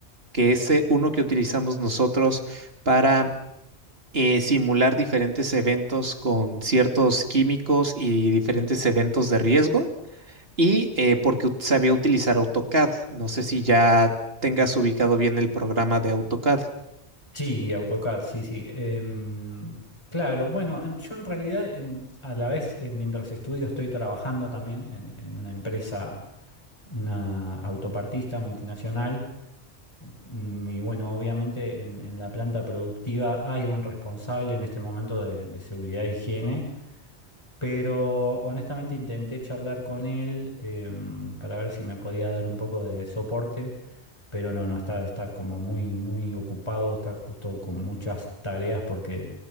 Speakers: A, on the right; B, on the left.
A: que es eh, uno que utilizamos nosotros para eh, simular diferentes eventos con ciertos químicos y diferentes eventos de riesgo, y eh, porque ut- sabía utilizar AutoCAD. No sé si ya tengas ubicado bien el programa de AutoCAD.
B: Sí, AutoCAD, sí, sí. Em, claro, bueno, en- yo en realidad en- a la vez, eh, mientras estudio, estoy trabajando también en en una empresa una autopartista multinacional Mm, Y bueno, obviamente en, en la planta productiva hay un responsable en este momento de, de seguridad e higiene, pero honestamente intenté charlar con él em, para ver si me podía dar un poco de soporte, pero no, no, está, está como muy, muy ocupado, está justo con muchas tareas porque